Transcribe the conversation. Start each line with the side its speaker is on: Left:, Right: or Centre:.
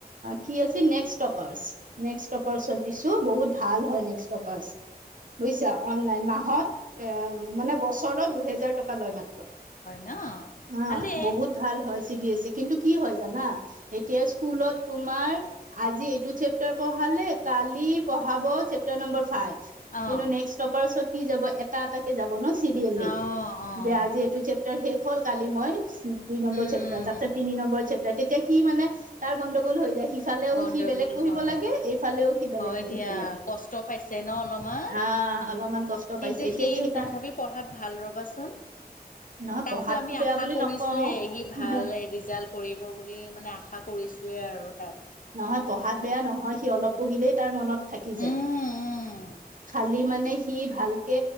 Right: কি আছিল, নেক্স টপাৰ্চ নেক্স টপাৰ্চত দিছোঁ, বহুত ভাল হয় নেক্স টপাৰ্চ। বুজিছা অনলাইন মাহত এ, মানে বছৰত দুহেজাৰ টকা লয় মা
Left: ন
Right: অ'
Left: ভালেই
Right: বহুত ভাল হয় চি বি এছ চি, কিন্তু কি হয় জানা এতিয়া স্কুলত তোমাৰ আজি চেপটাৰ পঢ়ালে, কালি পঢ়াব চেপাৰ নম্বাৰ ফাইভ।
Left: অঁ
Right: কিন্তু নেক্স টপাৰ্চত কি যাব এটা এটাকে যাব ন' চিৰিয়েলি
Left: অঁ অঁ
Right: যে আজি এইটো চেপ টো শেষ হ'ল কালি মই দুই নম্বৰ
Left: উম
Right: চেপ্টাৰ তাৰপিছত তিনি নম্বৰ চেপ্তাৰ তেতিয়া সি মানে তাৰ গণ্ডগোল হৈ যায়। সিফালেও
Left: গণ্ডগোল
Right: সি বেলেগ পঢ়িব
Left: হয়,
Right: লাগে এইফালেও সি বেলেগ
Left: হয়
Right: পঢ়িব
Left: দিয়া
Right: লাগে
Left: কষ্ট পাইছে ন' অলপমান?
Right: আহ অলপমান কষ্ট
Left: কিন্তু
Right: পাইছে এতিয়া
Left: সি
Right: সেইকাৰ
Left: তথাপি পঢ়াত ভাল ৰবাচোন।
Right: নহয়
Left: তাকো
Right: পঢ়াতটো
Left: আমি
Right: বেয়া
Left: আশা
Right: বুলি
Left: কৰিছোয়ে,
Right: নকওঁ
Left: সি ভাল ৰিজাল্ট কৰিব বুলি মানে আশা কৰিছোঁয়েই আৰু তাত।
Right: নহয় পঢ়াত বেয়া নহয়, সি অলপ পঢ়িলেই তাৰ মনত থাকি যায়।
Left: উম উম
Right: খালি মানে স ভালকে